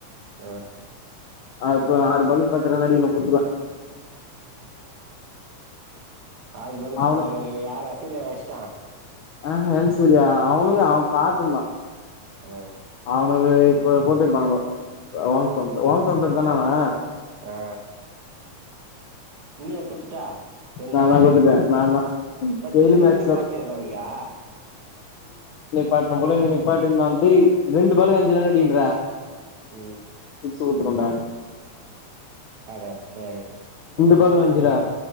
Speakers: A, on the right; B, on the left.
A: ஆ
B: அ கு ஆறு பாலுக்கு பத்து ரன் அடிக்கனு குத்துருவா
A: ஆறு பாலு
B: அவனு
A: பத்துரனு அடிக்க யாரு அஸ்ரியாவ அஷ்ட்டா
B: ஆஹ ஹன் சூர்யா அவனுங்க அவ பாத்துப்பா
A: அ
B: அவனுகள இப்ப போட்டுருப்பாங்கோ ஓம்சம்ஸ் ஓம்சம்சர் தானே அவே
A: ஆ நீயே குத்துட்டே என்ன
B: நா தா குடுத்துட்டே நா தா
A: பத்துரன்னு
B: பெரிய மேட்ச்ல
A: நிப்பாட் தெரியாதா உனக்கே
B: வழ்க்கம்போல இங்க நிப்பாட்டி இருந்தாண்டி ரெண்டு பாலுக்கு அஞ்சு ரன்னு அடின்ரா
A: ம்
B: சிக்ஸ் குடுத்துருவேண்டா
A: அடபாவி உன்னலா
B: பாலுக்கு
A: என்னடாப்பன்
B: அஞ்சுடா